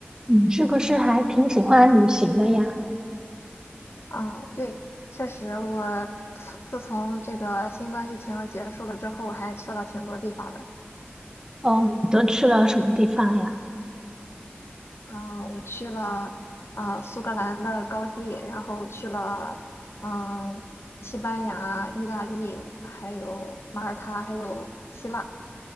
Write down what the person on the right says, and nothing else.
你是不是还挺喜欢旅行的呀？
哦，你都去了什么地方呀？